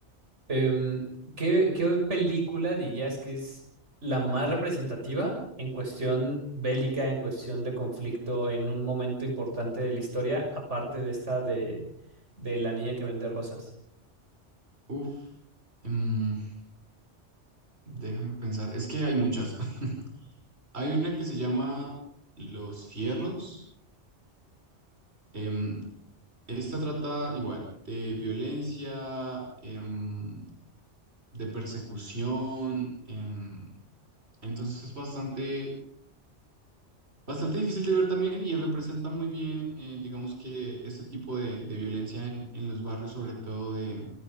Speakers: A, on the right; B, on the right.
A: em, ¿qué, qué película dirías que es la más representativa en cuestión bélica, en cuestión de conflicto, en un momento importante de la historia, aparte de esta de, de la niña que vende rosas?
B: Uf. em, Déjame pensar, es que hay muchas. <laughs> Hay una que se llama Los Fierros. em, esta trata igual de violencia, em, de persecución. em, entonces es bastante, bastante difícil de ver también y representa muy bien, eh, digamos que este tipo de, de violencia en, en los barrios, sobre todo de,